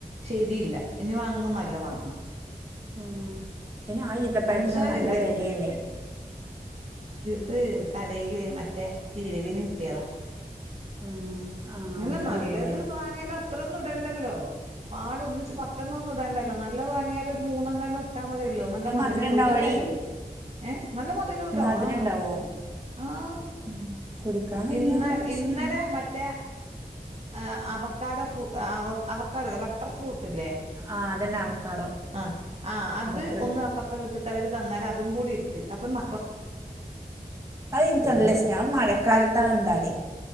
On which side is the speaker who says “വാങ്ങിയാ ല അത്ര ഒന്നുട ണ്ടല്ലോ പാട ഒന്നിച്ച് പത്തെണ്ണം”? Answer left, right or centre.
Right